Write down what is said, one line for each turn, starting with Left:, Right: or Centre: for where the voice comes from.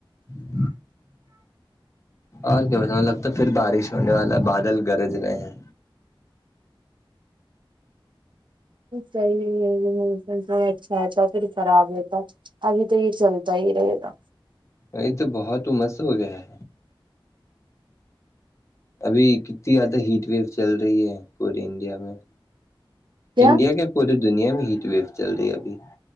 Left: <unintelligible> اور کیا بیں لگتا پھر بارش ہونے والا بادل گرج رہے ہیں
Right: صحیح ہے موسم اچھا ہےتا پھر خراب رہتا ابھی تو یہیر چلتا ہے ہیر توا
Left: ا تو بہت عمس ہو گیا ہے ابھی کتنی زیادہ ہیٹ ویو چل رہی ہے پورے انڈیا میں
Right: کیا
Left: انڈیا کے پوری دنیا میں ہیٹ ویو چل رہی ہے ابھی